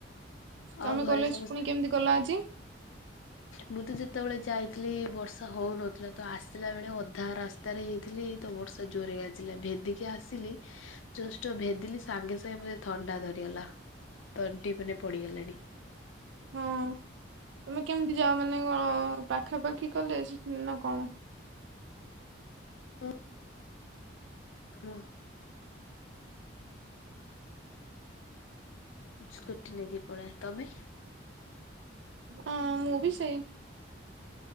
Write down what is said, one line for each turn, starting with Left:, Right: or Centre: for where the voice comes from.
Left: ଆଉ
Right: ତମେ
Left: ଘରେ
Right: କଲେଜ
Left: ସମସ୍ତେ
Right: ପୁଣି କେମିତି ଗଲ ଆଜି।
Left: ମୁଁ ତ ଯେତେବେଳେ ଯାଇଥିଲି ବର୍ଷା ହଉନଥିଲା ତ ଆସି ଆସିଲା ବେଳେ ଅଧା ରାସ୍ତାରେ ହେଇଥିଲି ତ ବର୍ଷା ଜୋରେ ଗାଜିଲା ଭେଦିକି ଆସିଲି। ଜଷ୍ଟ ଭେଦିଲି ସାଙ୍ଗେ ସାଙ୍ଗେ ମତେ ଥଣ୍ଡା ଧରିଗଲା ତଣ୍ଟି ମାନେ ପଡିଗଲାଣି।
Right: ହୁଁ। ତମେ କେମିତି ଯାଅ ମାନେ କଣ, ପାଖାପାଖି କଲେଜ ନା କଣ?
Left: ହଁ। ହୁଁ। ସ୍କୁଟି ନେଇେକି ପଳେ ତମେ।
Right: ହଁ ମୁଁ ବିି ସେଇ।